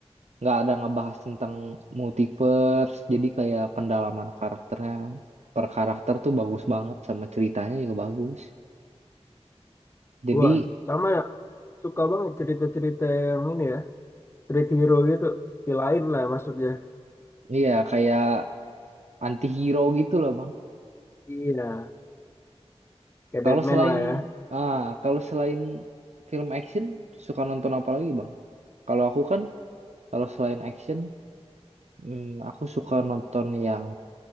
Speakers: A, on the right; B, on the left.
A: nggak ada ngebahas tentang multiverse, jadi kayak pendalaman karakternya per karakter tuh bagus banget sama ceritanya juga bagus. Jadi
B: Wah sama ya suka banget cerita-cerita yang ini ya. street hero gitu di lain lah maksudnya
A: iya kayak anti hero gitu loh bang.
B: iya kayak
A: Kalau
B: Batman
A: selain
B: lah ya
A: ah kalau selain film action suka nonton apa lagi bang? Kalau aku kan kalau selain action, hmm, aku suka nonton yang